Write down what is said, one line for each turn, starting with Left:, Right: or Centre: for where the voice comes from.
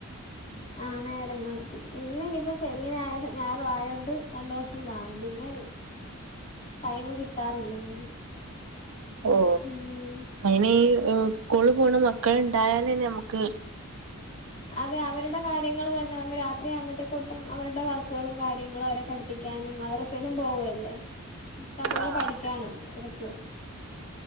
Left: ആഹ് നേരം കാണത്ത്ല്ലാ ഇന്ന് ഇനിയിപ്പോ ശനി ഞായറും ഞായറു ആയോണ്ട് രണ്ടൂസം കാണും പിന്നെ ടൈമ് കിട്ടാറില്ല അങ്ങനെ
Right: ഓ
Left: ഉം
Right: അയിന് ഈ സ്കൂള് പോണ മക്കള് ഇണ്ടായാലന്നെ നമക്ക്
Left: അതെ അവരുടെ കാര്യങ്ങൾ തന്നെ നമ്മെ രാത്രിയാവുമ്പഴത്തേക്കൊട്ടും അവരുടെ വർക്കുകളും കാര്യങ്ങളും അവരെ പഠി പഠിക്കാനും മദ്രസയിലും പോവല്ലേ ഇഷ്ടം പോലെ
Right: ആഹ്
Left: പഠിക്കാനുണ്ട് അവർക്ക്